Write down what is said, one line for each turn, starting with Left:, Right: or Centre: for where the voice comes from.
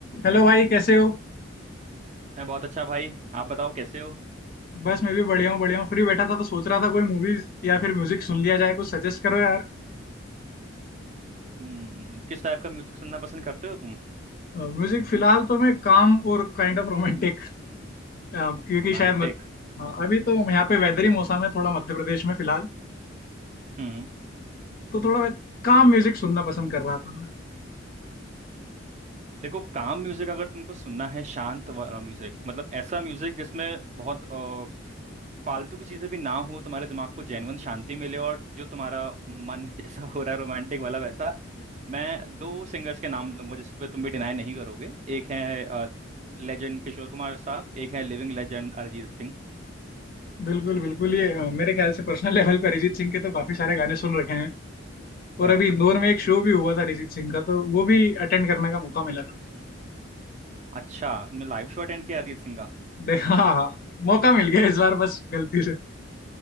Left: Hello भाई कैसे हो
Right: मैं बहुत अच्छा भाई आप बताओ कैसे हो
Left: बस मैं भी बढ़िया हूँ बढ़िया हूँ फ्री बैठा था तो सोच रहा था कोई मूवीज या फिर म्यूजिक सुन लिया जाए कुछ सजेस्ट करो यार
Right: हम्म, किस टाइप का म्यूजिक सुनना पसंद करते हो तुम
Left: म्यूजिक फिलहाल तो मैं काम और काइंड ऑफ रोमांटिक क्योंकि
Right: रोमांटिक
Left: शायद मत, हाँ, अभी तो यहाँ पे वेदर ही मौसम है थोड़ा मध्य प्रदेश में फिलहाल
Right: हम्म
Left: तो थोड़ा मैं काम म्यूजिक सुनना पसंद कर रहा था मैं
Right: देखो काम म्यूजिक अगर तुमको सुनना है शांत वाला म्यूजिक मतलब ऐसा म्यूजिक जिसमें बहुत अ, फालतू की चीजें भी ना हो तुम्हारे दिमाग को जेन्युइन शांति मिले और जो तुम्हारा मन <laughs> जैसा हो रहा है रोमांटिक वाला वैसा मैं दो सिंगर्स के नाम लूंगा जिस पे तुम भी डिनाई नहीं करोगे एक है लेजेंड किशोर कुमार साहब एक है लिविंग लेजेंड अरिजीत सिंह
Left: बिल्कुल बिल्कुल ये अ, मेरे ख्याल से पर्सनल लेवल पर <laughs> अरिजीत सिंह के तो काफी सारे गाने सुन रखे हैं और
Right: हाँ
Left: अभी इंदौर में एक शो भी हुआ था अरिजीत सिंह का तो वो भी अटेंड करने का मौका मिला था
Right: अच्छा मैं लाइव शो अटेंड किया अरिजीत सिंह का
Left: <laughs> हाँ हाँ मौका मिल गया इस बार बस गलती से